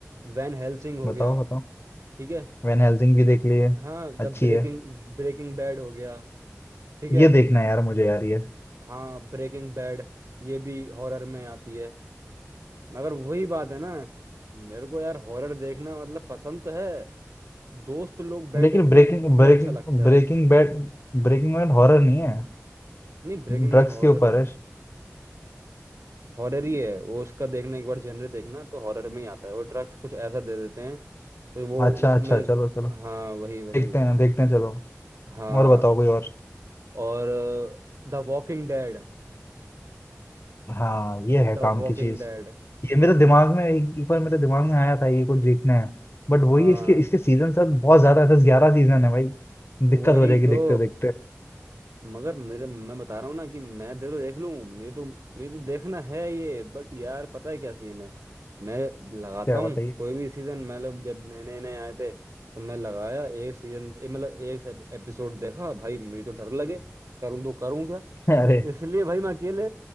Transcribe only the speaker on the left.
बताओ
बताओ
वैन हेल्सिंग भी देख ली है
अच्छी
है
ये देखना है यार मुझे यार ये
लेकिन Breaking
Breaking
ब्रेकिंग
Bad Breaking Bad horror नहीं है
ड्रग्स
के ऊपर
है
अच्छा
अच्छा चलो चलो
देखते हैं देखते हैं चलो
और बताओ कोई और
हाँ ये है
काम
की चीज
ये मेरे दिमाग में एक, एक बार मेरे दिमाग में आया था ये कुछ देखना है बट वही
है, इसके इसके सीजन सब बहुत ज्यादा है दस ग्यारह सीजन है भाई दिक्कत
हो जाएगी देखते
देखते
क्या
बताइए
<laughs> अरे